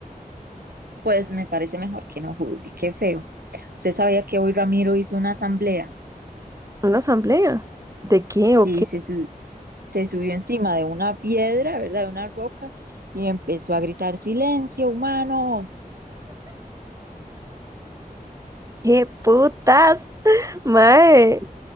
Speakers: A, on the right; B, on the right.
A: pues me parece mejor que no juzgue, qué feo. Usted sabía que hoy Ramiro hizo una asamblea
B: ¿Una asamblea? ¿De qué o
A: Sí,
B: qué?
A: se, su- se subió encima de una piedra, ¿verdad? De una roca y empezó a gritar, silencio, humanos.
B: ¿Qué putas? <laughs> Mae.